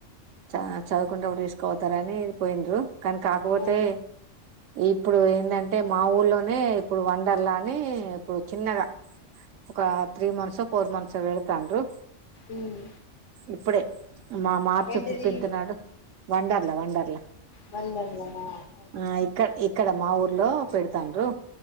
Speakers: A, on the right; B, on the left.
A: చ చదువుకుంటప్పుడు తీసుకోతారు అని పోయిండురు కానీ కాకపోతే
B: ఆ
A: ఇప్పుడు ఏంటంటే మా ఊర్లోనే ఇప్పుడు వండర్లా అని ఇప్పుడు చిన్నగా ఒక త్రీ మంత్స్ ఫోర్ మంత్స్ వెళ్ళతాండురు
B: ఉమ్
A: ఇప్పుడే మా మార్చ్
B: ఏంటిది
A: ఫిఫ్టీన్త్ నాడు వంన్డార్ లవండర్లా
B: వండర్లా నా
A: ఆహ్ ఇక్కడ ఇక్కడ మా ఊర్ లో పెడతాన్డ్రూ.